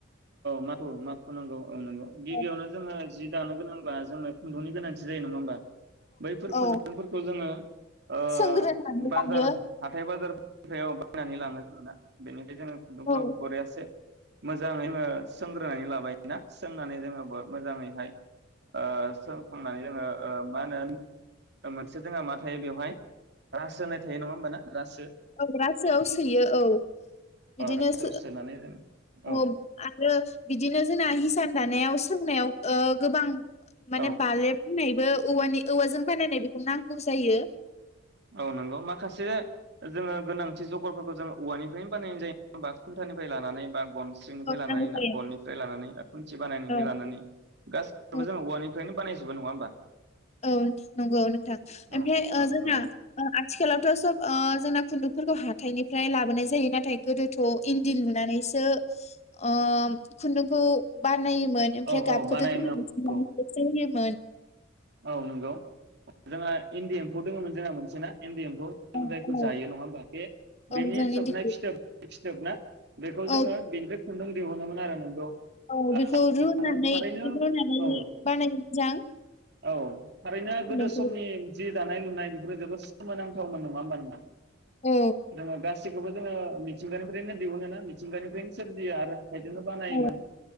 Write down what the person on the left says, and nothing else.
औ
औ
सोंग्रोनानै
लायो
औ
औग्रासोआव सोयो औ
बिदिनो
सो
फुं आरो बिदिनो जोंना हिसान दानायाव सोंनायाव ओ गोबां माने
बालेब होननायबो औवानि औवाजों बानायनाय बेखौ नांगौ जायो
औ
नांगौ जायो
औ
औ
औ नंगौ नोंथां
ओमफाय
ओ जोंना
ओ आथिखालावथ सब ओ जोंना खुन्दुंफोरखौ हाथाइनिफ्राय लाबोनाय जायो नाथाय गोदोथ इन्दि लुनानैसो ओ खुन्दुंखौ बा नायोमोन ओमफ्राय
गाबखौथ
जोंङो
मिथिंगानिफ्रायसो होयोम मोन
औ
औ
औ
जों
इन्दिखौ
औ
औ बेखौ रुनानै
रुनानै
बानायनो मोजां
खुन्दुंखौ
औ
औ